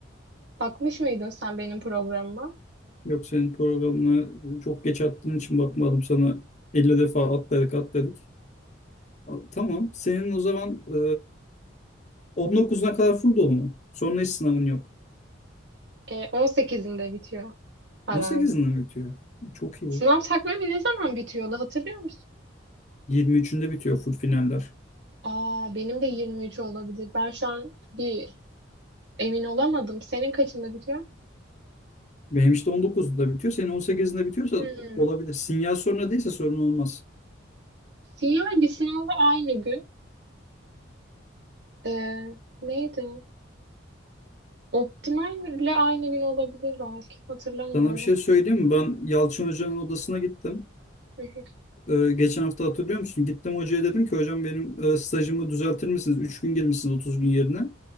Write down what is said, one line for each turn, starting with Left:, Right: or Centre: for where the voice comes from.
Right: Bakmış mıydın sen benim programıma?
Left: Yok senin programına çok geç attığın için bakmadım sana 50 defa atladık atladık. A- Tamam senin o zaman e, 19'una kadar full dolu mu? Sonra hiç sınavın yok.
Right: E, 18'inde bitiyor herhalde.
Left: 18'inde mi bitiyor? Çok iyi.
Right: Sınav takvimi ne zaman bitiyordu hatırlıyor musun?
Left: 23'ünde bitiyor full finaller.
Right: Aa benim de 23 olabilir. Ben şu an bir emin olamadım. Senin kaçında bitiyor?
Left: Benim işte 19'da bitiyor. Senin 18'inde bitiyorsa
Right: Hmm.
Left: olabilir. Sinyal sorunu değilse sorun olmaz.
Right: CI bir sınavla aynı gün. E, neydi? Optimal ile aynı gün olabilir belki. Hatırlamıyorum.
Left: Sana bir şey söyleyeyim mi? Ben Yalçın Hoca'nın odasına gittim.
Right: <laughs>
Left: Ee, geçen hafta hatırlıyor musun? Gittim hocaya dedim ki hocam benim e, stajımı düzeltir misiniz? üç gün girmişsiniz 30 gün yerine.